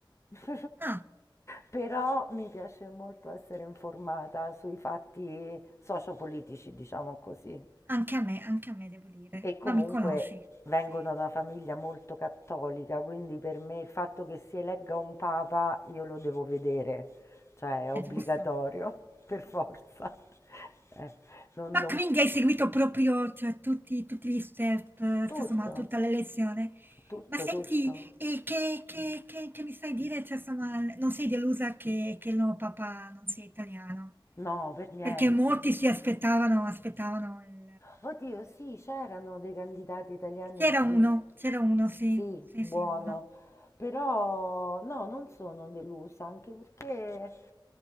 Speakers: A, on the left; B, on the right.
A: <laughs>
B: ah,
A: però mi piace molto essere informata sui fatti sociopolitici, diciamo così.
B: anche a me, anche a me devo dire,
A: E comunque
B: ma mi conosci,
A: vengo
B: se
A: da una famiglia molto cattolica, quindi per me il fatto che si elegga un papa io lo devo vedere, cioè è
B: è
A: obbligatorio,
B: giusto.
A: per forza. <laughs> Eh, non,
B: Ma
A: non-
B: quindi hai seguito proprio, cioè, tutti, tutti gli step, cioè,
A: tutto,
B: insomma, tutta la lezione?
A: tutto,
B: Ma senti,
A: tutto.
B: e che, che- che- che mi sai dire? Cioè, insomma, l- non sei delusa che, che il nuovo papà non sia italiano?
A: No, per niente.
B: Perché molti si aspettavano, aspettavano il...
A: Oddio, sì, c'erano dei candidati italiani,
B: C'era uno,
A: mm,
B: c'era uno, sì,
A: sì,
B: sì,
A: buono,
B: sì, uno.
A: però no, non sono delusa, anche perché